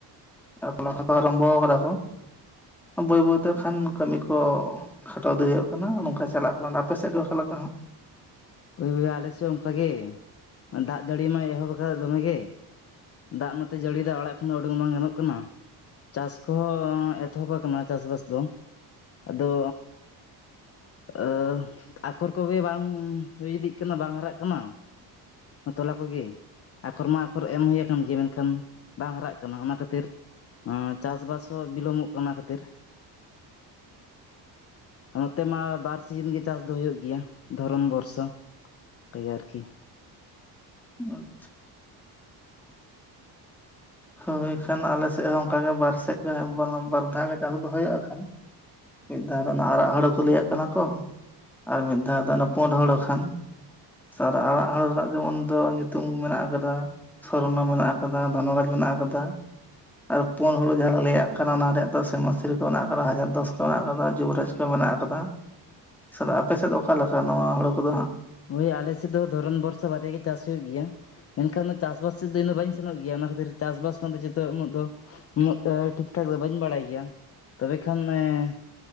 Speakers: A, in the centre; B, on the left.
A: ᱟᱨᱟᱢᱵᱚ ᱠᱟᱫᱟ ᱠᱚ ᱵᱟᱹᱭ ᱵᱟᱹᱭᱛᱮ ᱠᱷᱟᱱ ᱠᱟᱹᱢᱤ ᱠᱚ, ᱠᱷᱟᱴᱟᱣ ᱤᱫᱤ ᱦᱳᱭᱳᱜ ᱠᱟᱱᱟ ᱱᱚᱝᱠᱟ ᱪᱟᱞᱟᱜ ᱠᱟᱱᱟ, ᱟᱯᱮ ᱥᱮᱫ ᱜᱮ ᱚᱠᱟ ᱞᱮᱠᱟ ᱦᱟᱸᱜ?
B: ᱦᱳᱭ ᱵᱚᱭᱦᱟ ᱟᱞᱮᱥᱮᱫ ᱦᱚ ᱚᱝᱠᱟ ᱜᱮ, ᱫᱟᱜ ᱡᱟᱹᱲᱤ ᱢᱟᱭ ᱮᱦᱚᱵ ᱠᱟᱜ ᱫᱚᱢᱮ ᱜᱮ ᱫᱟᱜ ᱢᱟᱛᱚᱭ ᱡᱟᱹᱲᱤᱫᱟ ᱟᱲᱟᱜ ᱠᱷᱚᱱ ᱫᱚ ᱩᱰᱩᱝ ᱵᱟᱝ ᱜᱟᱱᱚᱜ ᱠᱟᱱᱟ ᱾ ᱪᱟᱥ ᱠᱚ ᱦᱚᱸ ᱮᱛᱚᱦᱚᱵ ᱠᱟᱱᱟ ᱪᱟᱥᱵᱟᱥ ᱫᱚ, ᱟᱫᱚ ᱟᱹᱻ ᱟᱠᱷᱚᱨ ᱠᱚ ᱜᱮ ᱵᱟᱝ ᱦᱩᱭ ᱤᱫᱤᱜ ᱠᱟᱱᱟ ᱵᱟᱝ ᱦᱟᱨᱟᱜ ᱠᱟᱱᱟ, ᱛᱚᱞᱟ ᱠᱚᱜᱮ, ᱟᱠᱷᱚᱨ ᱢᱟ ᱟᱠᱷᱚᱨ ᱮᱢ ᱦᱳᱭ ᱟᱠᱟᱱ ᱜᱮᱭᱟ ᱢᱮᱱᱠᱷᱟᱱ ᱵᱟᱝ ᱦᱟᱨᱟᱜ ᱠᱟᱱᱟ ᱚᱱᱟ ᱠᱷᱟᱹᱛᱤᱨ, ᱟᱸ ᱪᱟᱥᱵᱟᱥ ᱦᱚᱸ ᱵᱤᱞᱚᱢᱚᱜ ᱠᱟᱱᱟ ᱠᱷᱟᱹᱛᱤᱨ, ᱚᱱᱛᱮ ᱢᱟ ᱵᱟᱨ ᱥᱤᱡᱤᱱ ᱜᱮ ᱪᱟᱥ ᱫᱚ ᱦᱳᱭᱳᱜ ᱜᱮᱭᱟ, ᱫᱷᱚᱨᱚᱢ ᱵᱚᱨᱥᱚ ᱠᱟᱹᱭᱟᱹ ᱟᱨᱠᱤ,
A: <inaudible> ᱦᱳᱭ ᱠᱷᱟᱱ ᱟᱞᱮ ᱥᱮᱜ ᱦᱚᱸ ᱚᱝᱠᱟ ᱜᱮ ᱵᱟᱨ ᱥᱮᱫ ᱜᱮ ᱵᱟᱨ ᱫᱷᱟᱣ ᱜᱮ ᱪᱟᱥ ᱫᱚ ᱦᱳᱭᱳᱜ-ᱟ ᱠᱷᱟᱱ ᱾ ᱢᱤᱫ ᱫᱷᱟᱣ ᱨᱮ ᱚᱱᱟ ᱟᱨᱟᱜ ᱦᱳᱲᱳ ᱠᱚ ᱞᱟᱹᱭᱟᱜ ᱠᱟᱱᱟ ᱠᱚ, ᱟᱨ ᱢᱤᱫ ᱫᱷᱟᱣ ᱫᱚ ᱚᱱᱟ ᱯᱳᱸᱰ ᱦᱚᱲᱳ ᱠᱷᱟᱱ, ᱥᱟᱨᱟ ᱟᱲᱟᱜ ᱦᱳᱲᱳ ᱨᱮᱱᱟᱜ ᱡᱮᱢᱚᱱ ᱫᱚ ᱧᱩᱛᱩᱢ ᱢᱮᱱᱟᱜ ᱠᱟᱫᱟ, ᱥᱚᱨᱱᱚ ᱢᱮᱱᱟᱜ ᱠᱟᱫᱟ ᱫᱷᱚᱱᱚᱨᱟᱡᱽ ᱢᱮᱱᱟᱜ ᱠᱟᱫᱟ ᱾ ᱟᱨ ᱯᱳᱸᱰ ᱦᱳᱲᱳ ᱡᱟᱦᱟ ᱫᱚ ᱞᱟᱹᱭᱟᱜ ᱠᱟᱱᱟ ᱚᱱᱟ ᱨᱮᱭᱟᱜ ᱫᱚ ᱥᱮᱢᱟᱹ ᱥᱨᱤ ᱠᱚ ᱢᱮᱱᱟᱜ ᱟᱠᱟᱫᱟ ᱦᱟᱡᱟᱨ ᱫᱚᱥ ᱠᱚ ᱢᱮᱱᱟᱜ ᱟᱠᱟᱫᱟ ᱡᱩᱵᱨᱟᱡᱽ ᱠᱚ ᱢᱮᱱᱟᱜ ᱠᱟᱫᱟ ᱥᱟᱞ ᱟᱯᱮ ᱥᱮᱫ ᱚᱠᱟ ᱞᱮᱠᱟ ᱱᱚᱣᱟ ᱦᱳᱲᱳ ᱠᱚᱫᱚ ᱦᱟᱸᱜ?
B: ᱳᱭ ᱟᱞᱮ ᱥᱮᱫ ᱫᱚ ᱫᱷᱚᱨᱚᱱ ᱵᱚᱨᱥᱟ ᱵᱟᱨᱭᱟ ᱜᱮ ᱪᱟᱥ ᱦᱩᱭᱩᱜ ᱜᱮᱭᱟ ᱾ ᱮᱱᱠᱷᱟᱱ ᱫᱚ ᱪᱟᱥᱵᱟᱥ ᱥᱮᱫ ᱫᱚ ᱤᱧᱫᱚ ᱵᱟᱹᱧ ᱥᱮᱱᱚᱜ ᱜᱮᱭᱟ ᱚᱱᱟ ᱠᱷᱟᱹᱛᱤᱨ ᱪᱟᱥᱵᱟᱥ ᱠᱷᱚᱱ ᱫᱚ ᱡᱚᱛᱚ ᱩᱱᱟᱹᱜ ᱫᱚ ᱩᱱᱟᱹᱜ ᱴᱷᱤᱠ ᱴᱷᱟᱠ ᱫᱚ ᱵᱟᱹᱧ ᱵᱟᱲᱟᱭ ᱜᱮᱭᱟ ᱛᱚᱵᱮ ᱠᱷᱟᱱ ᱮᱸ